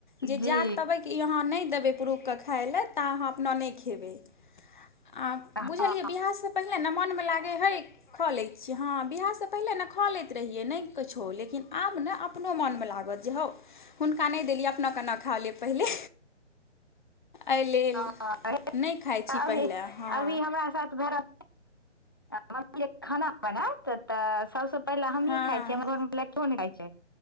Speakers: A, on the left; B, on the left.
A: जे
B: जी
A: जा तबैक ई आहाँ नै देबै पुरुख कऽ खाय लेए ता आहाँ अपना नै खेबै। आ
B: हँ
A: बुझलियै बियाहसँ पहिले नऽ मोन मे लागै हइ। खा लैत छियै हँ बिआहसँ पहिलने ने खा लैत रहियै नै किछो लेकिन आब ने आब। अपनो मोनमे लागत जे हौ हुनका नै देलियै अपना केना खा लेब पहिले। एहि लेल
B: हँ अभी,
A: नहि खाइ छी
B: अभी,
A: पहिले हँ
B: अभी हमरा साथ भरत। म्मी खाना बनाएत तऽ सब सँ। पहिले हमही
A: हँ
B: खाय छियै हमर घरो <unintelligible> खाय छै